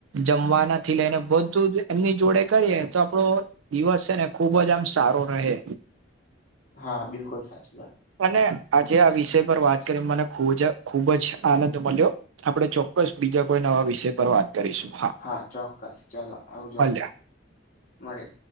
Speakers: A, on the right; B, on the left.
A: જમવાનાથી લઈને બધું જ એમની જોડે કરીએ તો આપડો દિવસ છે ને ખુબ જ આમ સારો રહે.
B: હા બિલકુલ સાચી વાત.
A: અને આજે આ વિષય પર વાત કરીને મને ખૂજ ખુબ જ આનંદ મલ્યો. આપણે ચોક્કસ બીજા કોઈ નવા વિષય પર વાત કરીશું.
B: હા ચોક્કસ ચાલો આવજો
A: ભલે
B: મળીએ.